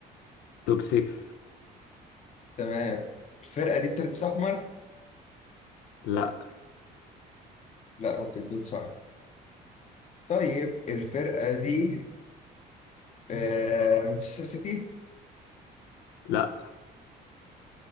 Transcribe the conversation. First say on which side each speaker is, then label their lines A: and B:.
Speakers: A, on the left; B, on the left.
A: توب 6
B: تمام الفرقه دي بتلبس احمر
A: لا
B: لا ما بتلبسش احمر طيب الفرقه دي آه، مانشستر سيتي
A: لا